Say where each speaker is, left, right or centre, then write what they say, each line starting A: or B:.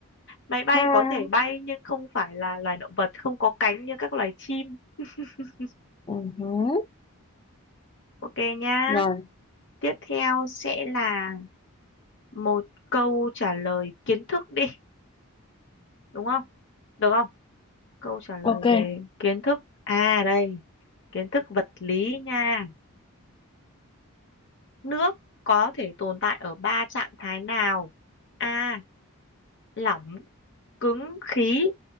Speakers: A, on the left; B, on the left.
A: máy bay
B: Ha.
A: có thể bay nhưng không phải là loài động vật không có cánh như các loài chim <laughs>
B: Ừ. hứ.
A: Ok nhá.
B: Rồi.
A: Tiếp theo sẽ là một câu trả lời kiến thức đi, đúng không? Được không? Câu trả lời
B: Ok.
A: về kiến thức a đây, kiến thức vật lý nha. Nước có thể tồn tại ở ba trạng thái nào? A. Lỏng, cứng, khí.